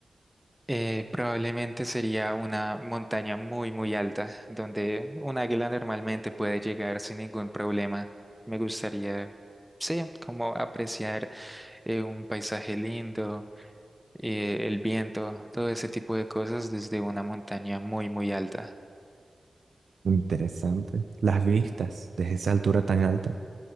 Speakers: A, in the centre; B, on the right.
A: Eh, probablemente sería una montaña muy, muy alta, donde un águila normalmente puede llegar sin ningún problema. Me gustaría, sí, como apreciar eh, un paisaje lindo, eh, el viento, todo ese tipo de cosas desde una montaña muy, muy alta.
B: Interesante. Las vistas desde esa altura tan alta.